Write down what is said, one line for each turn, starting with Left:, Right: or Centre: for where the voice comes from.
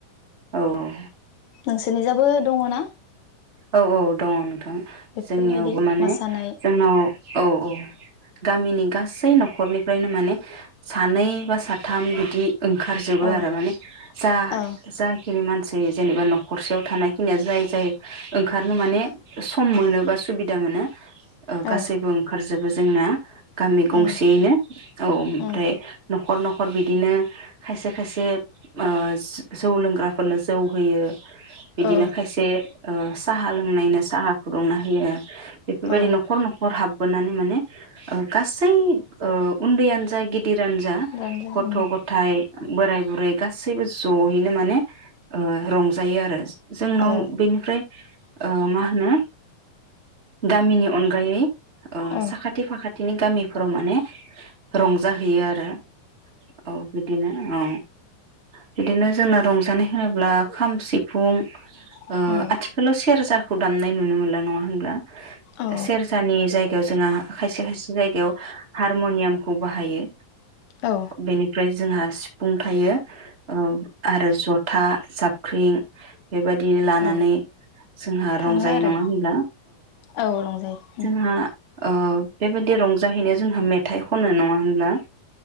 Right: औ औ।
Left: नोंसोरनिजायबो दङ ना?
Right: औ औ दङ नोंथां
Left: बेफोरबायदि
Right: जोंनियावबो माने
Left: मोसानाय
Right: जोंनाव औ औ गामिनि गासै नखरनिफ्रायनो माने सानै बा साथाम बिदि ओंखारजोबो
Left: औ
Right: आरो माने जा
Left: औ
Right: जाखिनि मानसि जायो जेनेबा न'खरसेयाव थानायखिनिया जाय जाय ओंखारनो माने सम मोनो बा सुबिदा मोनो। ओ गासैबो
Left: औ
Right: ओंखारजोबो। जोंना गामि गंसेयैनो
Left: उम
Right: औ ओमफ्राय
Left: उम
Right: नख न'खर न'खर बिदिनो खायसे खायसे ओ जौ लोंग्राफोरनो जौ होयो। बिदिनो
Left: औ
Right: खायसे ओ साहा लोंनायनो साहा फुदुंना होयो। बेफोरबायदि
Left: औ
Right: न'खर न'खर हाब बोनानै माने ओ गासै ओ उन्दैयानो जा गे दिरानो जा
Left: गानजा
Right: गथ'
Left: उम
Right: गथाय बोराय बुरै गासैबो ज'यैनो माने ओ रंजायो आरो। जोंनाव
Left: औ
Right: बेनि ओमफ्राय ओ मा होनो गामिनि अनगायै ओ
Left: औ
Right: साखाथि फाखाथि बिनि गामिफोराव माने रंजाहैयो आरो औ बिदिनो औ। बिदिनो जोंना रंजानाय होनोब्ला खाम सिफुं
Left: उम
Right: ओ आथिखालाव सेरजा दामनाय नुनो मोनला नङा होनब्ला
Left: औ
Right: सेरजानि जायगायाव जोंहा खायसे खायसे जायगायाव हारम'नियामखौ बाहायो।
Left: औ
Right: बेनिफ्राय जोंहा बुंथायो। औ आरो जथा साबख्रिं बे बादिनो लानानै
Left: औ
Right: जोंहा
Left: थाङो
Right: रंजायो
Left: आरो
Right: नङा होनब्ला
Left: औ रंजायो।
Right: जोंहा ओ बे बायदि रंजाहैनाया जोंहा मेथाइ खनो नङा होनब्ला